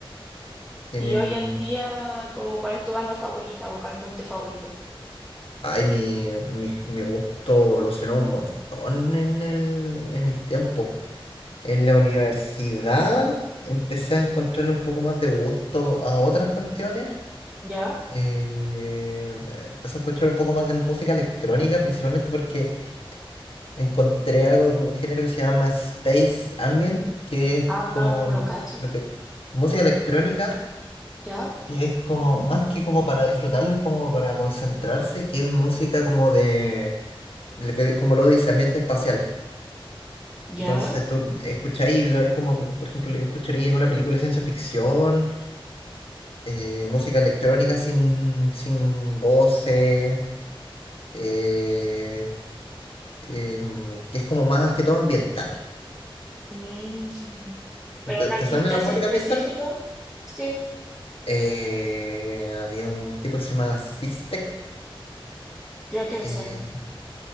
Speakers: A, on the left (about 75°); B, in the centre.
A: Tienen...
B: Y hoy en día, como cuál es tu banda favorita o cantante favorito?
A: Ay, mi, mi, mi gusto evolucionó un montón en el, en el tiempo. En la universidad empecé a encontrarle un poco más de gusto a otras cuestiones.
B: ¿Ya?
A: Eh, empecé a escuchar un poco más de música electrónica, principalmente porque encontré algo, un género que se llama Space Ambient, que es
B: Ah,
A: como
B: no, no lo cacho.
A: lo que, música electrónica,
B: ¿Ya?
A: que es como, más que como para disfrutarlo, es como para concentrarse, que es música como de, lo que- como lo dice, ambiente espacial.
B: ¿Ya?
A: Entonces tú escucháis, lo- es como, por por ejemplo, lo que escucharía en una película de ciencia ficción, eh, música electrónica sin, sin voces, eh, em, que es como más que todo ambiental.
B: Mm. Pero
A: te
B: un
A: te
B: artista
A: suena la
B: así
A: música
B: específico,
A: ambiental?
B: sí,
A: Eh, había un tipo que se llamaba Sistek,
B: creo que me
A: eh,
B: suena.